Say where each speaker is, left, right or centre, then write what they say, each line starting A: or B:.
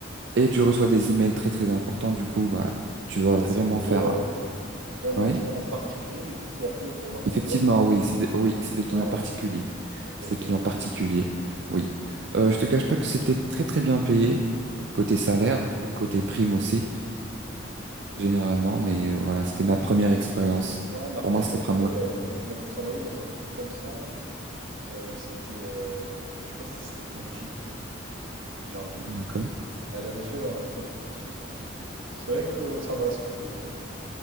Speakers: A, on the right; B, on the right.
A: et tu reçois des emails très très importants. Du coup, bah, tu dois vraiment
B: Là, c'est plutôt
A: faire.
B: euh,
A: euh,
B: ouais, des
A: Oui,
B: clients particuliers du coup qui appelaient pour leurs
A: effectivement,
B: problèmes, c'est ça?
A: oui, c'est des, oui, c'est des clients
B: Ouais,
A: particuliers,
B: ok,
A: c'est
B: ok.
A: des clients particuliers. Oui, euh, je te cache pas que c'était très très bien payé côté salaire et côté prime aussi. généralement, mais euh, voilà, c'était ma première expérience.
B: Ouais, ma
A: Pour
B: femme,
A: moi, c'était
B: elle avait
A: prendre...
B: fait, euh, elle avait travaillé dans un truc comme ça. Euh, c'était, euh, je sais pas si c'était NJ, j'ai un doute.
A: D'accord.
B: Mais elle avait fait, ouais, en effet, une expérience comme ça. C'est vrai que ça va, c'était,